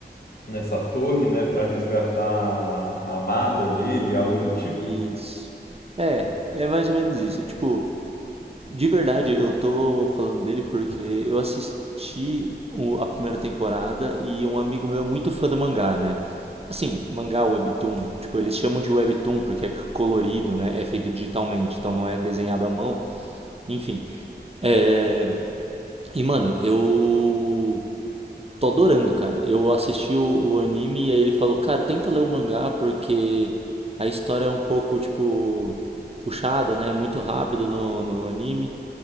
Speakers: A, on the left; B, on the right.
A: nessa torre, né, pra resgatar a amada dele, algo do tipo.
B: Isso. É, é mais ou menos isso. Tipo, de verdade, eu tô falando dele porque eu assisti o- a primeira temporada e um amigo meu é muito fã do mangá, né? Assim, mangá, webtoon. Tipo, eles chamam de webtoon porque é colorido, né? É feito digitalmente, então não é desenhado à mão. Enfim. É... E, mano, eu. tô adorando, cara. Eu assisti o, o anime e aí ele falou, cara, tenta ler o mangá porque a história é um pouco, tipo, puxada, né? Muito rápido no, no anime.